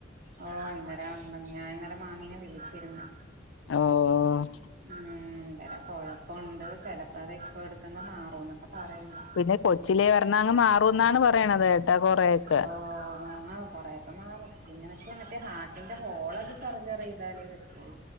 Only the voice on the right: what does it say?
ഓ ഇന്നേര ഉണ്ടന്ന് ഞാൻ ഇന്നലെ മാമീനെ വിളിച്ചിരിന്ന്.
ഉംന്തരാ.. കൊഴപ്പൊണ്ട് ചെലപ്പോ അത് എക്കോ എടുക്കമ്പം മാറുന്നൊക്കെ പറയാന്ന്
ഓ ആ കൊറെ ഒക്കെ മാറും പിന്നെ പക്ഷേ മറ്റേ ഹാർട്ടിന്റെ ഹോൾ അത് സർജറി ചെയ്താലേ പറ്റുള്ളൂ.